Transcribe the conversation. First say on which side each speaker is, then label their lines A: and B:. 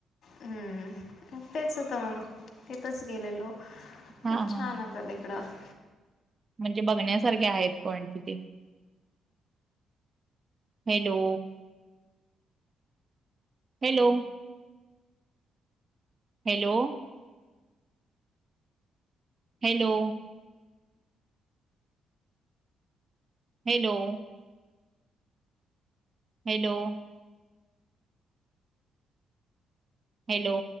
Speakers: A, on the left; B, on the right.
A: हम्म. म तेच होत मग तिथच गेलेलो.
B: हा
A: खूप छान
B: हा
A: होत तिकडं.
B: म्हणजे बघण्यासारखे आहेत पण तिथे. Hello. Hello. Hello. Hello. Hello. Hello. Hello.